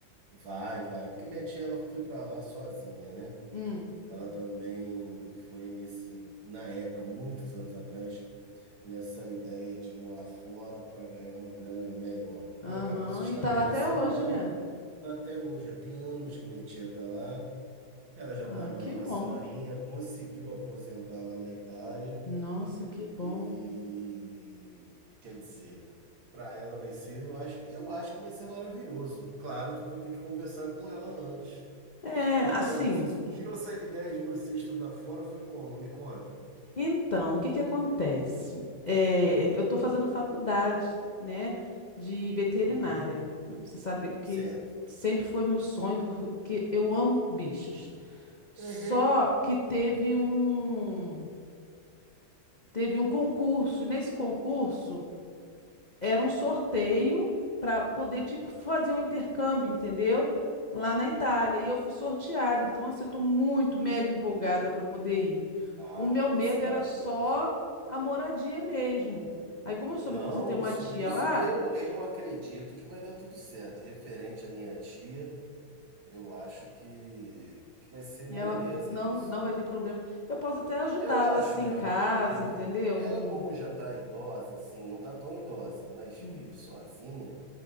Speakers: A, on the right; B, on the left.
A: Vai, vai. Porque minha tia, ela foi pra lá sozinha, né?
B: Hum.
A: Ela também foi nesse, na época, muitos anos atrás, nessa ideia de morar fora para ganhar uma grana melhor. E
B: Aham,
A: acabou se estabelecendo
B: e tá lá até hoje,
A: lá
B: né?
A: até hoje. Já tem anos que minha tia está lá. Ela já
B: Ah,
A: está agora
B: que
A: uma
B: bom.
A: senhorinha, conseguiu aposentar lá na Itália.
B: Nossa, que bom.
A: E quer dizer, para ela vai ser, eu acho, eu acho que vai ser maravilhoso. Claro que eu vou ter que conversar com ela antes.
B: É,
A: Mas não,
B: assim,
A: você surgiu essa ideia de você estudar fora, foi como? Me conta.
B: então, o que que acontece? É, eu estou fazendo faculdade, né, de veterinária.
A: Uhum,
B: Você sabe que
A: certo.
B: sempre foi meu sonho, porque eu amo bichos. Só
A: Uhum.
B: que teve um, teve um concurso, e nesse concurso era um sorteio para poder, tipo, fazer um intercâmbio, entendeu? Lá na Itália. E eu fui sorteada. Então, assim, eu tô muito mega empolgada para poder ir.
A: Ah,
B: O meu
A: que
B: medo
A: vai ser maravilhoso.
B: era só a moradia mesmo. Aí, como eu soube
A: Não,
B: que você tem uma
A: isso,
B: tia
A: isso,
B: lá,
A: eu, eu acredito que vai dar tudo certo. Referente à minha tia, eu acho que, que vai ser
B: e
A: moleza
B: ela não,
A: isso.
B: não vai ter problema, eu posso até ajudá-la,
A: Eu acho,
B: assim,
A: né?
B: em casa,
A: Eu
B: entendeu?
A: vou, ela,
B: No...
A: como já tá idosa, assim, não tá tão idosa, mas
B: Hum.
A: vive sozinha,